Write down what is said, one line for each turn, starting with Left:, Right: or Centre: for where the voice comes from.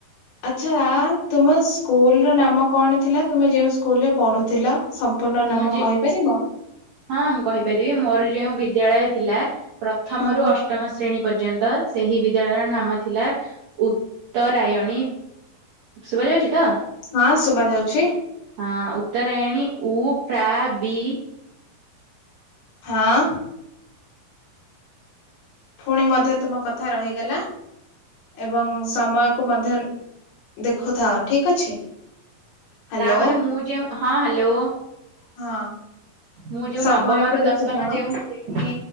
Left: ଆଚ୍ଛା, ତୁମ ସ୍କୁଲର ନାମ କଣ ଥିଲା, ତୁମେ ଯେଉଁ ସ୍କୁଲରେ ପଢୁଥିଲ? ସମ୍ପୂର୍ଣ୍ଣ ନାମ
Right: ମୁଁ ଯେ
Left: କହିପାରିବ?
Right: ହଁ, ମୁଁ କହିପାରିବି। ମୋର ଯୋଉ ବିଦ୍ୟାଳୟ ଥିଲା, ପ୍ରଥମରୁୁ
Left: ହୁଁ
Right: ଅଷ୍ଟମ ଶ୍ରେ ଶ୍ରେଣୀ ପର୍ଯ୍ୟନ୍ତ, ସେହି ବିଦ୍ୟାଳୟର ନାମ ଥିଲା, ଉତ୍ତରାୟଣୀ ଶୁଭାଯାଉଛି ତ?
Left: ହଁ, ଶୁଭାଯାଉଛି।
Right: ହଁ, ଉତ୍ତରାୟଣୀ ଉ ପ୍ରା ବି
Left: ହଁ। ଫୁଣି ମଧ୍ୟ ତୁମ କଥା ରହିଗଲା। ଏବଂ ସମୟକୁ ମଧ୍ୟ ଦେଖୁଥାଅ, ଠିକ ଅଛି। ହ୍ୟାଲୋ
Right: ତାପରେ ମୁଁ ଯେଉଁ, ହଁ ହ୍ୟାଲୋ।
Left: ହଁ
Right: ମୁଁ ଯେଉଁ
Left: ସମୟକୁ
Right: ନବମରୁ
Left: ଦେଖୁଥାଅ
Right: ଦଶମ ଯେଉଁ ଉମ୍